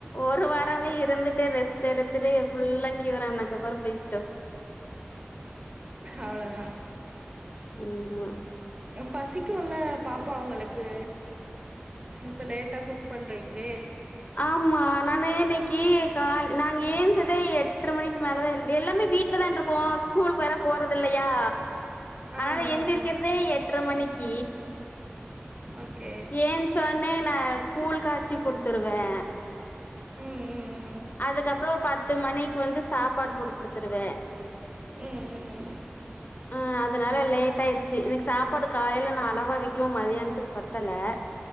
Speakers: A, on the left (about 45°); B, on the right (about 30°).
A: ஒரு வாரமே இருந்துட்டு ரெஸ்ட் எடுத்துட்டு ஃபுல்லா கியூரா ஆனக்கப்புற போய்கிட்டு
B: அவ்ளோதா
A: ஆமா
B: ஆ பசிக்கும்ல பாப்பாங்களுக்கு இப்ப லேட்டா குக் பண்றீங்களே
A: ஆமா நானு இன்னைக்கு கால் நாங்க ஏஞ்சதே எட்ற மணிக்கு மேலதா எல்லாமே வீட் ல தான இருப்போ ஸ்கூல்கு வேற போறதில்லயா
B: ஆ
A: அதனால
B: ஆ
A: எந்திரிக்கிறதே
B: ஆ
A: எட்ர மணிக்கி
B: ஓகே
A: ஏஞ்சவுனே நா கூழ் காச்சி குடுத்துருவே
B: ம் ம்
A: அதுக்கப்றோ ஒரு பத்து மணிக்கு வந்து சாப்பாடு போட்டு குடுத்துருவே
B: ம் ம்
A: ஆ அதனால லேட் ஆயிடுச்சு இன்னிக்கி சாப்பாடு காலேல நா அளவா வைக்கவு மதியானத்துக்கு பத் தல